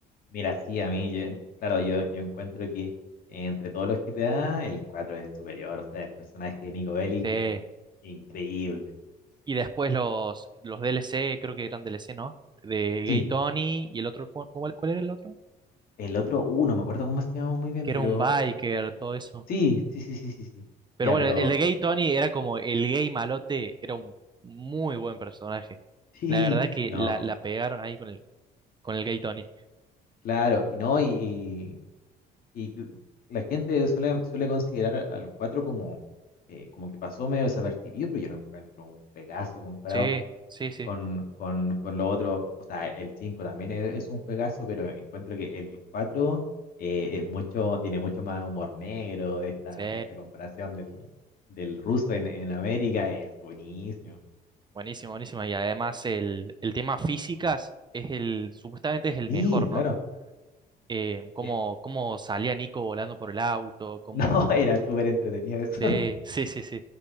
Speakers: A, on the left; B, on the right.
A: Mira, sí, a mí, yo, claro, yo, yo encuentro que entre todos los GTA, el 4 es superior, o sea, el personaje de Nico Bellic
B: Sí.
A: es increíble.
B: Y después los, los D L C creo que eran D L C ¿no? De Gay
A: Sí,
B: Tony y el otro, ¿cu- ¿cuál, cuál era el otro?
A: el otro, uh, no me acuerdo cómo se llama muy bien,
B: Que era
A: pero
B: un biker, todo eso.
A: sí, sí, sí, sí, sí, sí.
B: Pero
A: Ya,
B: bueno,
A: pero
B: el de Gay Tony era como el gay malote, era un muy buen personaje.
A: <laughs> sí,
B: La verdad que
A: no,
B: la, la pegaron ahí con el, con el Gay Tony.
A: claro, y no, y, Y que la gente suele, suele considerar al 4 como, eh, como que pasó medio desapercibido, pero yo lo encuentro un juegazo comparado
B: Sí, sí, sí,
A: con, con, con lo otro. O sea, el 5 también es, es un juegazo, pero encuentro que el 4 eh, es mucho, tiene mucho más humor negro. de Esta,
B: sí.
A: esta comparación del, del ruso en, en América es buenísimo.
B: Buenísimo, buenísimo. Y además el, el tema físicas es el, supuestamente es el
A: Sí,
B: mejor, ¿no?
A: claro.
B: Eh, cómo,
A: Eh, <laughs>
B: cómo salía Nico volando por el auto, cómo...
A: No, era súper entretenido eso.
B: Sí, sí, sí, sí.